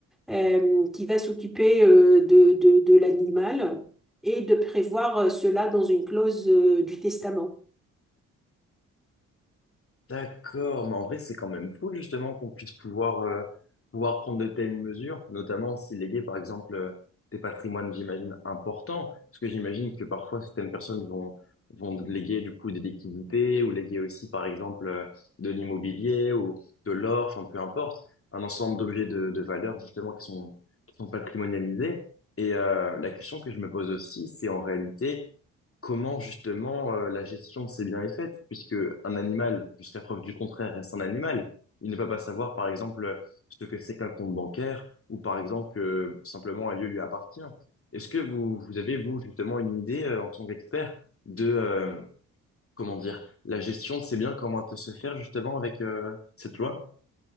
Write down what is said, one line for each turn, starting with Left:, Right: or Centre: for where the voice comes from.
Centre: euh, qui va s'occuper euh, de, de- de l'animal et de prévoir euh, cela dans une clause euh, du testament.
Left: D'accord, mais en vrai, c'est quand même fou justement qu'on puisse pouvoir euh, pouvoir prendre de telles mesures, notamment si léguer par exemple euh, des patrimoines, j'imagine, importants, parce que j'imagine que parfois certaines personnes vont vont léguer du coup des liquidités ou léguer aussi par exemple euh, de l'immobilier ou de l'or, enfin peu importe, un ensemble d'objets de, de valeur justement qui sont qui sont patrimonialisés. Et euh, la question que je me pose aussi, c'est en réalité comment justement euh, la gestion de ces biens est faite, puisque un animal, jusqu'à preuve du contraire, reste un animal. Il ne peut pas savoir, par exemple, ce que c'est qu'un compte bancaire, ou par exemple que simplement un lieu lui appartient. Est-ce que vous, vous avez, vous, justement, une idée, euh, en tant qu'expert, de, euh, comment dire, la gestion de ces biens, comment elle peut se faire justement avec euh, cette loi?